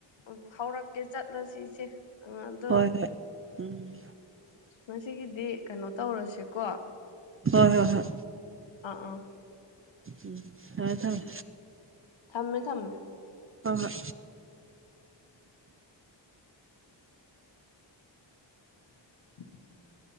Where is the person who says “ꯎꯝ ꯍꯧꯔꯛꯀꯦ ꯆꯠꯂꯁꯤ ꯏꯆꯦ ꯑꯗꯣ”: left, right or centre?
Left